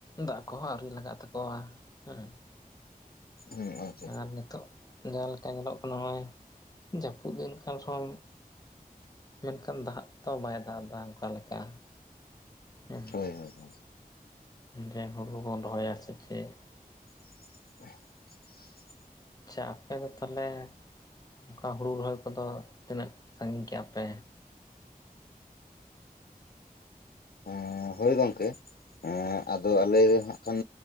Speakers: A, on the left; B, on the left.
A: ᱫᱟᱜ ᱠᱚᱦᱚᱸ ᱟᱹᱣᱨᱤ ᱞᱟᱜᱟᱜ ᱛᱟᱠᱚᱣᱟ ᱦᱮᱸ ᱾
B: ᱦᱩᱸ ᱾
A: ᱟᱨ ᱱᱤᱛᱚᱜ ᱡᱟᱦᱟᱸ ᱞᱮᱠᱟ ᱧᱮᱞᱚᱜ ᱠᱟᱱᱟ ᱱᱚᱜᱼᱚᱭ ᱡᱟᱹᱯᱩᱫ ᱫᱤᱱ ᱠᱟᱱ ᱨᱮᱦᱚᱸᱼᱼ ᱢᱮᱱᱠᱷᱟᱱ ᱫᱟᱜ ᱛᱚ ᱵᱟᱭ ᱫᱟᱜ ᱮᱫᱟ ᱚᱱᱠᱟ ᱞᱮᱠᱟ ᱦᱮᱸ ᱾
B: ᱦᱳᱭ ᱦᱳᱭ ᱾
A: ᱡᱮ ᱦᱳᱲᱳ ᱵᱚᱱ ᱨᱚᱦᱚᱭᱟ ᱥᱮ ᱪᱮᱫ ᱾
B: <unintelligible>
A: ᱟᱪᱪᱷᱟ ᱟᱯᱮ ᱦᱚᱸ ᱛᱟᱦᱚᱞᱮ ᱚᱱᱠᱟ ᱦᱩᱲᱩ ᱨᱚᱦᱚᱭ ᱠᱚᱫᱚ ᱛᱤᱱᱟᱹᱜ ᱥᱟᱺᱜᱤᱧ ᱠᱮᱜᱼᱟ ᱯᱮ?
B: ᱯᱟᱸᱻ ᱦᱳᱭ ᱜᱚᱢᱠᱮ ᱦᱮᱸ ᱟᱫᱚ ᱟᱞᱮ ᱫᱚ ᱦᱟᱸᱜ ᱠᱷᱟᱱ